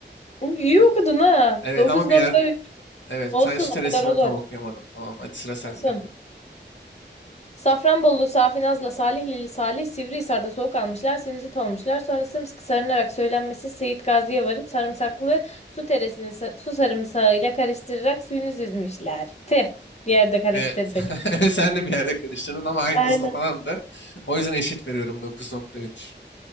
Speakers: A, on the left; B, on the left.
A: Uy, İyi
B: Ha,
A: okudun ha.
B: Evet
A: 9.3
B: ama bir yer Evet,
A: olsun
B: sen süresinden
A: o kadar olur.
B: tam okuyamadım. Tamam, hadi sıra sende.
A: Olsun. Safranbolulu Safi Naz'la Salihlili Salih Sivrihisar'da soğuk almışlar, sinüzit olmuşlar. Sonra sımsıkı sarınarak söylenmesi Seyit Gazi'ye varıp sarımsaklı su teresini sa- su sarımsağıyla karıştırarak suyunu süzmüşler. Tih, bir yerde karıştırdık.
B: Evet. <laughs> Sen de bir yerde karıştırdın ama aynı
A: Aynen.
B: hızlı falandı. O yüzden eşit veriyorum Dokuz nokta üç.